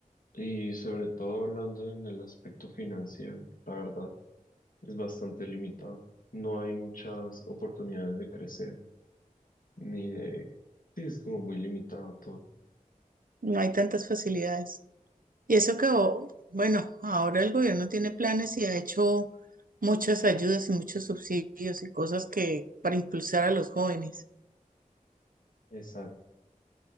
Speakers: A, on the left (about 75°); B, on the right (about 80°).
A: Y sobre todo hablando en el aspecto financiero, la verdad, es bastante limitado. No hay muchas oportunidades de crecer. ni de... Sí, es como muy limitado todo.
B: No hay tantas facilidades. Y eso que, o- bueno, ahora el gobierno tiene planes y ha hecho muchas ayudas y muchos subsidios y cosas que para impulsar a los jóvenes.
A: Exacto.